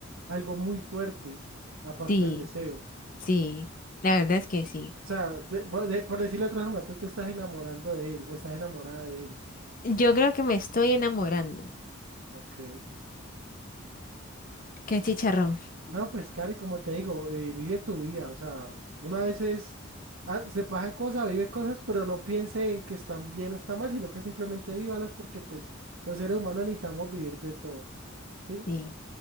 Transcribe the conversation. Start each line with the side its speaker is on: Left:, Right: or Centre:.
Right: algo muy fuerte, aparte
Left: Sí,
Right: del deseo.
Left: sí. La verdad es que sí.
Right: O sea, de- por de- por decirlo de otra forma, tú te estás enamorando de él o estás enamorada de él.
Left: Yo creo que me estoy enamorando.
Right: Ok.
Left: Qué chicharrón.
Right: No, pues, Cari, como te digo, eh, vive tu vida. O sea, una vez es, ah, se pasan cosas, vive cosas, pero no piense en que están bien o están mal, sino que simplemente vívalas porque, pues, los seres humanos necesitamos vivir de todo. ¿Sí?
Left: Sí,